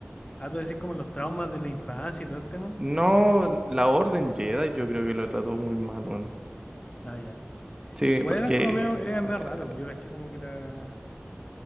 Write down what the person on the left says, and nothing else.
Ah, tú decís como los traumas de la infancia y todo el tema.
Ah, ya.
Igual
eran como medio, eran medio
raros. Yo caché como que la.